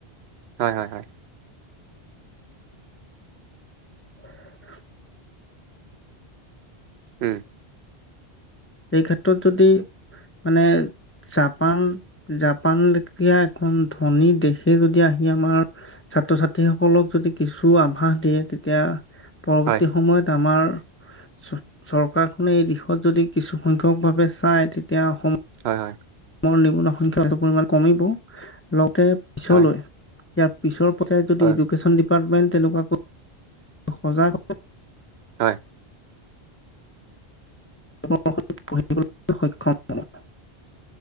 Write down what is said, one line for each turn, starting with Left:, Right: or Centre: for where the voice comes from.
Right: হয়, হয়, হয়।
Left: <inaudible>
Right: উম,
Left: এই ক্ষেত্ৰত যদি মানে জাপান, জাপানলেখীয়া এখন ধনী দেশে যদি আহি আমাৰ ছাত্ৰ-ছাত্ৰীসকলক যদি কিছু আভাস দিয়ে তেতিয়া পৰৱৰ্তী
Right: হয়
Left: সময়ত আমাৰ চ-চৰকাৰখনে এই দিশত যদি কিছুখ্যংখক ভাৱে চাই তেতিয়া অসম
Right: হয়, হয়।
Left: মোৰ নিবনুৱা সংখ্যটোৰ পৰিমাণ কমিব উ তে পিছলৈ
Right: হয়
Left: ইয়াত পিছৰ পটায়ত যদি
Right: হয়
Left: এডুকেশ্যন ডিপাৰ্টমেন্ট তেনেকুৱাকৈ সজাগ
Right: হয়
Left: আমাৰ অসমৰ ল'ৰা ছোৱালী পঢ়িবলৈ সক্ষম <unintelligible> ধনাদ <unintelligible>